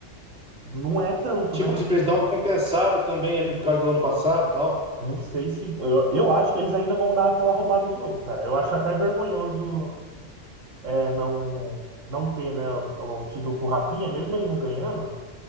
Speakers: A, on the right; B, in the centre.
A: não é tanto,
B: Tipo
A: né?
B: assim, pra eles dar uma compensada também ali por causa do ano passado e tal.
A: Não sei se. Eu, eu acho que eles ainda vão dar aquela roubada de novo, cara. Eu acho até vergonhoso é, não, não ter, né, o, o título pro Rafinha, mesmo ele não ganhando,